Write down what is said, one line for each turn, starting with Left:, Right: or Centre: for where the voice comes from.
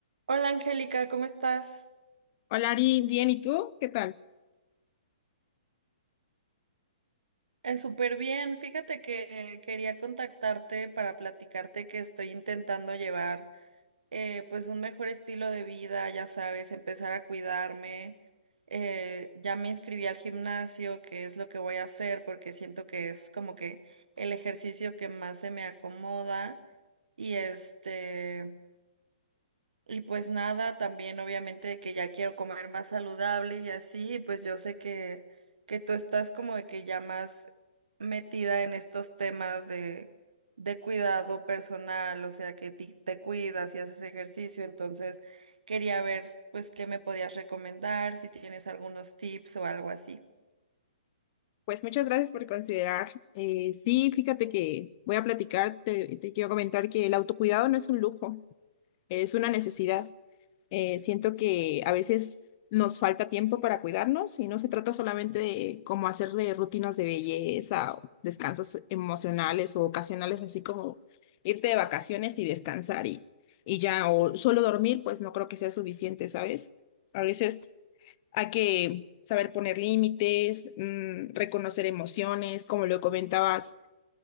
Right: Hola Angélica, ¿cómo estás?
Left: Hola Ari, bien, ¿y tú? ¿Qué tal?
Right: Eh, súper bien. Fíjate que quería contactarte para platicarte que estoy intentando llevar eh, pues un mejor estilo de vida, ya sabes, empezar a cuidarme. Eh, ya me inscribí al gimnasio, que es lo que voy a hacer porque siento que es como que el ejercicio que más se me acomoda y este Y pues nada, también obviamente que ya quiero comer más saludable y así, y pues yo sé que, que tú estás como de que ya más metida en estos temas de, de cuidado personal, o sea que ti- te cuidas y haces ejercicio, entonces quería ver pues qué me podías recomendar, si tienes algunos tips o algo así.
Left: Pues muchas gracias por considerar. Eh, sí, fíjate que voy a platicar, te, te quiero comentar que el autocuidado no es un lujo, es una necesidad. Eh, siento que a veces nos falta tiempo para cuidarnos y no se trata solamente de cómo hacer de rutinas de belleza o descansos emocionales o ocasionales, así como irte de vacaciones y descansar y, y ya, o solo dormir, pues no creo que sea suficiente, ¿sabes? A veces Hay que saber poner límites, mm, reconocer emociones, como lo comentabas,